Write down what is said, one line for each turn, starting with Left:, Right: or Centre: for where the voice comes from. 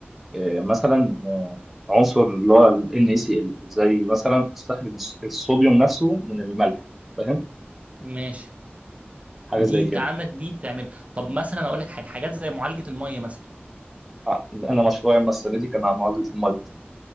Centre: إيه مثلا آه، عنصر اللي هو ال NaCl زي مثلا استخرج الصوديوم نفسه من الملح فاهم
Right: ماشي
Centre: حاجه
Right: دي
Centre: زي
Right: انت
Centre: كده
Right: عندك دي تعمل طب مثلا اقول لك حاجه حاجات زي معالجه الميه مثلا
Centre: آه، انا مشروعي أما السنه دي كان عن معالجه الميه